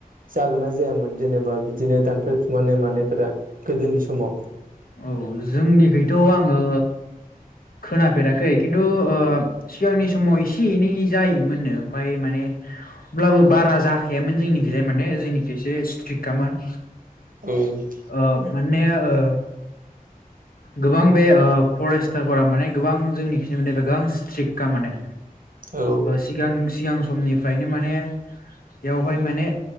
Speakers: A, on the right; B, on the left.
A: जागोन ना जायामोन जेनेबा बिदिनो दानफाय खुमानाय मानायफोरा गोदोनि समाव
B: औ जोंनिखैथ' आङो खोनाफेराखै खिन्थु सिगांनि समाव एसे एनै जायोमोननो ओमफाय माने अब्लाबो बारा जाखायामोन जोंनिखिजाय माने जोंनिखि एसे स्ट्रिक्तखामोन
A: उम
B: आ माने आ गोबां बे ओ फरेस्टारफोरा माने गोबां जोंनि खिबाय गोबां स्ट्रिक् क माने
A: औ
B: सिगां सिगां समनिफ्रायनो माने बेवहाय माने